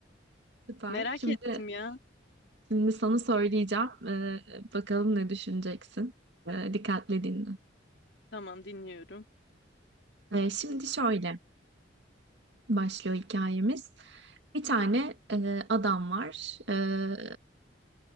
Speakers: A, on the right; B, on the left.
A: <laughs> Süper.
B: Merak
A: Şimdi
B: ettim ya.
A: şimdi sana söyleyeceğim. Ee, bakalım ne düşüneceksin. Ee, dikkatle dinle.
B: Tamam dinliyorum.
A: Ee, şimdi şöyle başlıyor hikayemiz. Bir tane e, adam var. Ee,